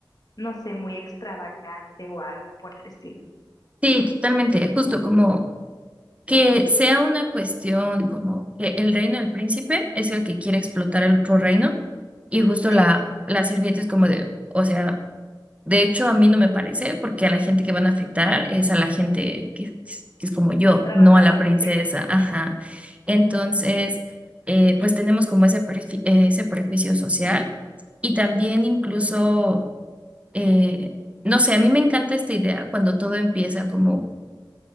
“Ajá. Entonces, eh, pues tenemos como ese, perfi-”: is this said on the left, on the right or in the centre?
Right